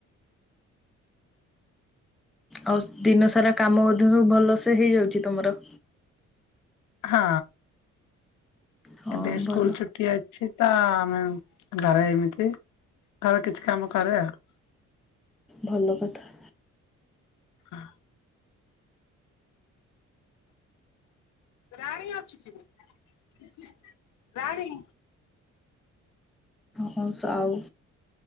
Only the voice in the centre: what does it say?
ଆଉ ଦିନ ସାରା କାମ ମଧ୍ୟ ସବୁ ଭଲସେ ହେଇଯାଉଛି ତମର।
ହଁ
ଭଲ
ଭଲ କଥା।
ହଁ ସ ଆଉ